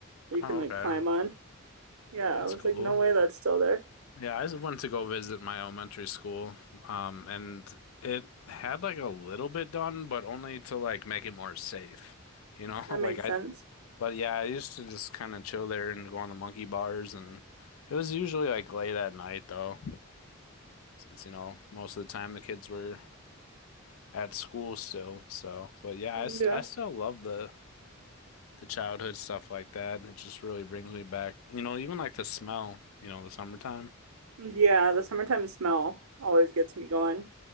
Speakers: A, on the right (about 85°); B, on the left (about 75°).
A: that you
B: Oh,
A: can like
B: okay.
A: climb on. Yeah,
B: That's
A: I was
B: cool.
A: like, no way that's still there.
B: Yeah, I just went to go visit my elementary school, um, and it had like a little bit done, but only to like make it more safe, you know? <laughs>
A: That makes
B: Like I,
A: sense.
B: but yeah, I used to just kind of chill there and go on the monkey bars, and it was usually like late at night though, since you know most of the time the kids were at school still. So, but yeah,
A: Yeah.
B: I, st I still love the the childhood stuff like that. And it just really brings me back, you know, even like the smell, you know, the summertime.
A: Yeah, the summertime smell always gets me going.